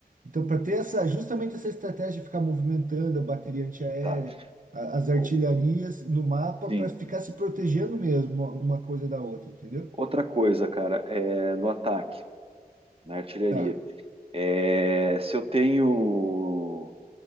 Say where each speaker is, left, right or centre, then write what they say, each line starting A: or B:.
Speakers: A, on the right (about 55°); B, on the right (about 35°).
A: Então, para ter essa, justamente essa estratégia de ficar movimentando a bateria antiaérea,
B: tá.
A: a- as artilharias
B: O-
A: no mapa,
B: Sim.
A: para ficar se protegendo mesmo uma, uma coisa da outra, entendeu?
B: Outra coisa, cara, é no ataque, na artilharia.
A: Tá.
B: É, se eu tenho,